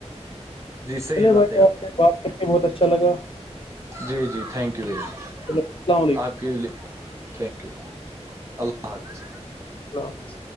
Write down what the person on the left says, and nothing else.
چلے
بھائی
آپ
سے بات کر کے بہت اچھا لگا
چلو السلام علیکم
اللہ حافظ